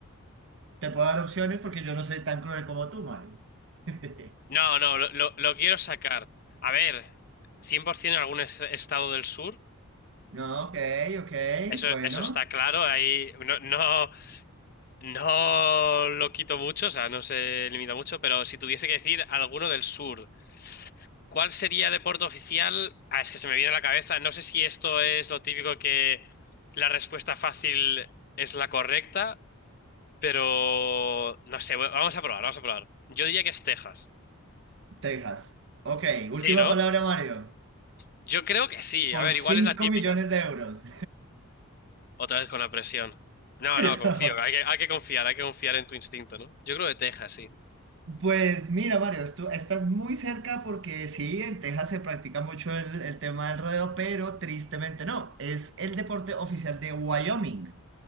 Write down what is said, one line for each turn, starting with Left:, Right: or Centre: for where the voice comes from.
Right: Te puedo dar opciones porque yo no soy tan cruel como tú, Mario. <laughs>
Left: No, no, lo, lo- lo quiero sacar. A ver, 100% en algún es- estado del sur.
Right: No, ok, ok.
Left: Eso,
Right: Bueno,
Left: eso está claro. Ahí no, no, no lo quito mucho, o sea, no se limita mucho. Pero si tuviese que decir alguno del sur, ¿cuál sería deporte oficial? Ah, es que se me viene a la cabeza. No sé si esto es lo típico que la respuesta fácil es la correcta Pero no sé, bueno, vamos a probar, vamos a probar. Yo diría que es Texas.
Right: Texas. Ok,
Left: Sí,
Right: última
Left: ¿no?
Right: palabra, Mario.
Left: Yo creo que sí.
Right: Por
Left: A ver,
Right: 5
Left: igual es la típica.
Right: millones de euros.
Left: Otra vez con la presión. No,
Right: <laughs>
Left: no, confío. Hay que, hay que confiar, hay que confiar en tu instinto, ¿no? Yo creo que Texas, sí.
Right: Pues mira, Mario, tú estás muy cerca porque sí, en Texas se practica mucho el, el tema del rodeo, pero tristemente no. Es el deporte oficial de Wyoming.